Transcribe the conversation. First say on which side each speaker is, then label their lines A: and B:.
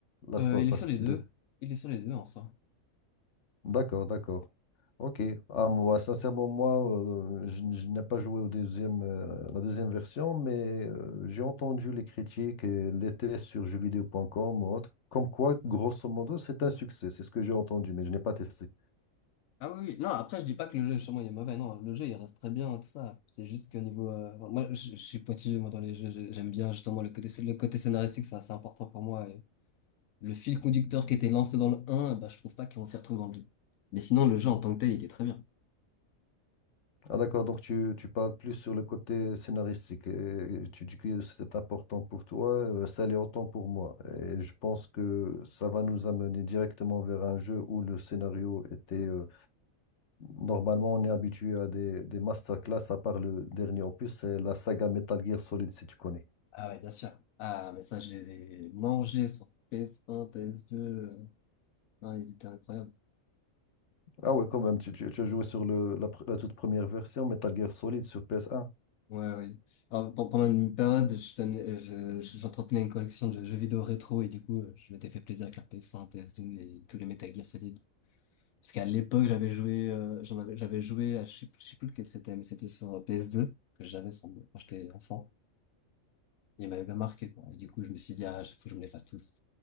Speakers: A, on the left; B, on the left.
A: Last
B: ouais. Euh,
A: of
B: il est sur
A: Us
B: les deux.
A: 2.
B: Il est sur les deux en soi.
A: D'accord, d'accord. Ok. Ah, moi, sincèrement, moi, euh, je, je n'ai pas joué au deuxième, euh, la deuxième version, mais euh, j'ai entendu les critiques et les tests sur jeuxvideo.com ou autre, comme quoi, grosso modo, c'est un succès. C'est ce que j'ai entendu, mais je n'ai pas testé.
B: Ah oui, oui. Non, après, je dis pas que le jeu, chez moi, il est mauvais. Non, le jeu, il reste très bien, tout ça. C'est juste qu'au niveau, euh, enfin, moi, je, je suis pointilleux, moi, dans les jeux. J'ai- J'aime bien, justement, le côté, le côté scénaristique, c'est assez important pour moi. Et le fil conducteur qui était lancé dans le un, bah, je trouve pas qu'on s'y retrouve dans le 2. Mais sinon, le jeu en tant que tel, il est très bien.
A: Ah d'accord, donc tu, tu parles plus sur le côté scénaristique et tu dis que c'est important pour toi, euh, ça l'est autant pour moi. Et je pense que ça va nous amener directement vers un jeu où le scénario était... euh, normalement, on est habitué à des, des masterclass, à part le dernier opus, c'est la saga Metal Gear Solid, si tu connais.
B: Ah ouais, bien sûr. Ah, mais ça, je les ai mangés sur PS1, PS2. euh, Ah, ils étaient incroyables.
A: Ah ouais, quand même, tu, tu, tu as joué sur le, la, pr- la toute première version, Metal Gear Solid sur PS1.
B: Ouais, ouais. Alors, pe- pendant une période, je tenais- euh, je- je- j'entretenais une collection de jeux vidéo rétro et du coup, euh, je m'étais fait plaisir avec la PS1, PS2 et tous les Metal Gear Solid. Parce qu'à l'époque, j'avais joué, euh, j'en avais, j'avais joué à, je sais, plus- je sais plus lequel c'était, mais c'était sur PS2 que j'avais sans- quand j'étais enfant. il m'avait bien marqué, quoi. Et du coup, je me suis dit, ah, faut que je me les fasse tous.